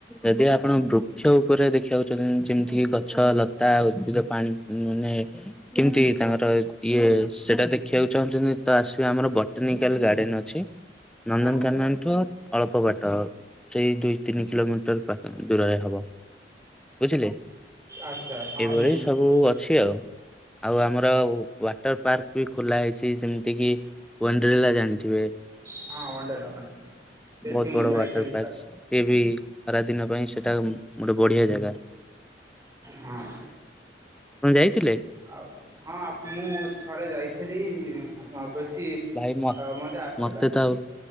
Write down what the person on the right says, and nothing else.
ଆଚ୍ଛା
ଆଚ୍ଛା ହଁ
ବୁଝିଲି ବୁଝିଲି
ହଁ ଓଣ୍ଡେଲା ସେଠି
ମୁଁ ଯାଇଥିଲଲି
ହଁ।
ଆଉ ହଁ ମୁଁ ଥରେ ଯାଇଥିଲି ବେଶୀ
ଅ ମଜା ଆସିଥିଲା।